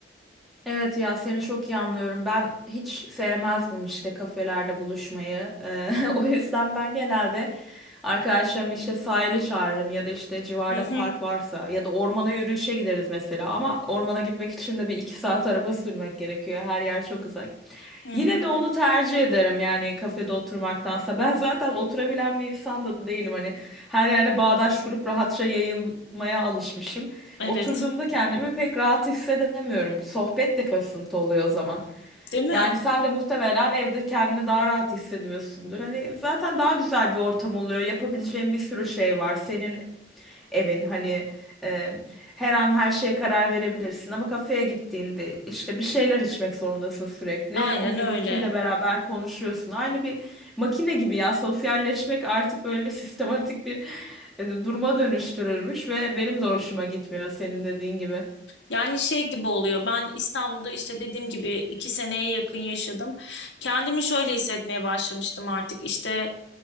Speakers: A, in the centre; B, on the left.
A: Evet ya seni çok iyi anlıyorum. Ben hiç sevmezdim işte kafelerde buluşmayı. Eee, <laughs> o yüzden ben genelde arkadaşlarımı işte sahile çağırırım ya da işte civarda
B: Hı
A: park
B: hı,
A: varsa ya da ormana yürüyüşe gideriz mesela. Ama ormana gitmek için de bir iki saat araba sürmek gerekiyor. Her yer çok uzak.
B: hı
A: Yine
B: hı.
A: de onu tercih ederim yani kafede oturmaktansa. Ben zaten oturabilen bir insan da değilim. Hani her yerde bağdaş kurup rahatça yayılmaya alışmışım.
B: Evet,
A: Oturduğumda kendimi pek rahat hissedemiyorum. Sohbet de kasıntı oluyor o zaman.
B: değil mi?
A: Yani sen de muhtemelen evde kendini daha rahat hissediyorsundur. Hani zaten daha güzel bir ortam oluyor. Yapabileceğin bir sürü şey var. Senin evin hani e, her an her şeye karar verebilirsin ama kafeye gittiğinde işte bir şeyler içmek zorundasın sürekli.
B: Aynen
A: O gürültüyle
B: öyle.
A: beraber konuşuyorsun. Aynı bir makine gibi ya sosyalleşmek artık böyle sistematik bir e, duruma dönüştürülmüş ve benim de hoşuma gitmiyor senin dediğin gibi.
B: Yani şey gibi oluyor. Ben İstanbul'da işte dediğim gibi iki seneye yakın yaşadım. Kendimi şöyle hissetmeye başlamıştım artık. İşte